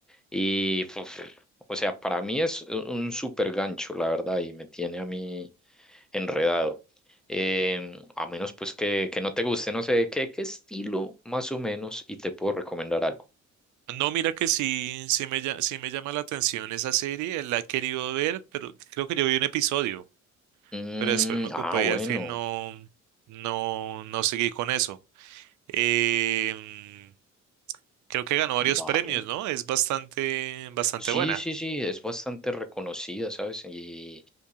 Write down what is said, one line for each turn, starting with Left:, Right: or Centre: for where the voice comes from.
Centre: y, puf, o sea, para mí es u- un super gancho, la verdad, y me tiene a mí enredado. Em, a menos pues que, que no te guste, no sé, ¿qué, qué estilo más o menos? Y te puedo recomendar algo.
Right: No, mira que sí, sí me, lla- sí me llama la atención esa serie, la he querido ver, pero creo que yo vi un episodio,
Centre: Mm,
Right: pero después me ocupé
Centre: ah, bueno,
Right: y al fin no, no, no seguí con eso. Em, creo que ganó varios
Centre: vale.
Right: premios, ¿no? Es bastante, bastante
Centre: Sí,
Right: buena.
Centre: sí, sí, es bastante reconocida, ¿sabes? Y,